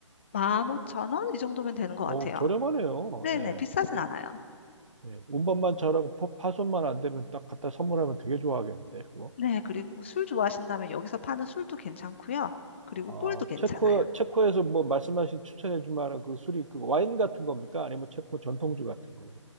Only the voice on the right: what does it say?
어, 저렴하네요.
예.
그,
예. 운반만 잘하고 파- 파손만 안 되면 딱 갖다 선물하면 되게 좋아하겠는데, 그거.
아,
체코, 체코에서 뭐 말씀하신 추천해 줄 만한 그 술이 그 와인 같은 겁니까? 아니면 체코 전통주 같은 거예요?